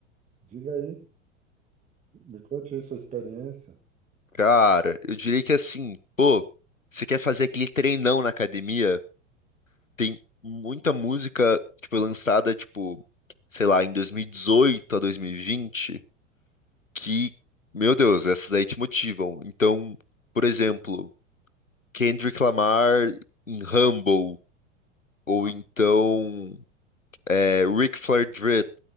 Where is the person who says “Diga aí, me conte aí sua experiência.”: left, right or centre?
Right